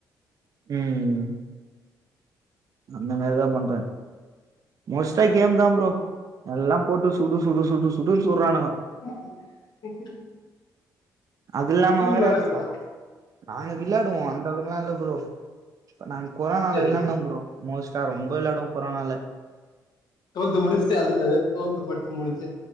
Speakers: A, on the right; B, on the left.
A: ம் அந்த மாரிதா பண்றே மோஸ்ட்டா கேம் தா ப்ரோ எல்லா போட்டு சுடு சுடு சுடு சுடுன் சுட்றாானுகோ
B: <inaudible> எந்திரி
A: அது இல்லாம வேற
B: விளாடுவீங்களா
A: அ நாங்க விளாடுவோ அந்த அளவுக்குலா இல்ல ப்ரோ நாங்க கொரானால
B: சரி
A: விளாட்னோ ப்ரோ மோஸ்ட்டா ரொம்ப விளாடுவோ கொரானால
B: டொல்த்து முடிஸ்ட்டு அது அது டொல்த்து படிச்சி முடிச்சி